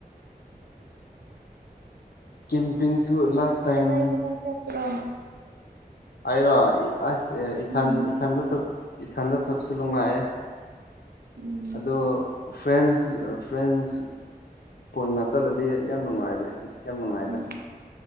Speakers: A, on the left; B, on the right.
A: ꯀꯦꯝꯄꯤꯤꯡꯁꯨ ꯂꯥꯁ ꯇꯥꯏꯝ
B: ꯀꯗꯥꯏ ꯀꯗꯥꯏ ꯆꯠꯄ꯭ꯔꯣ
A: ꯍꯥꯏꯔꯣ ꯑꯁ ꯏꯊꯟ
B: ꯎꯝ
A: ꯏꯊꯟꯗ ꯏꯊꯟꯗ ꯆꯠꯄꯁꯨ ꯅꯨꯡꯉꯥꯏꯌꯦꯦ
B: ꯎꯝ
A: ꯑꯗꯣ ꯐ꯭ꯔꯦꯟꯁ ꯐ꯭ꯔꯦꯟꯁ ꯄꯨꯟꯅ ꯆꯠꯂꯗꯤ ꯌꯥꯝ ꯅꯨꯡꯉꯥꯏꯕ ꯌꯥꯝ ꯅꯨꯡꯉꯥꯏꯗ
B: ꯎꯝ